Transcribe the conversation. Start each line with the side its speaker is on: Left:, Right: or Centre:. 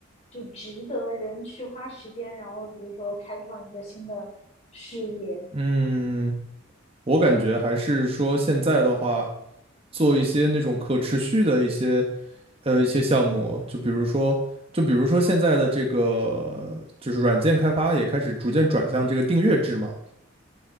Left: 就值得人去花时间，然后比如说开创一个新的事业？
Right: 嗯，我感觉还是说现在的话，做一些那种可持续的一些呃一些项目，就比如说，就比如说现在的这个就是软件开发也开始逐渐转向这个订阅制嘛。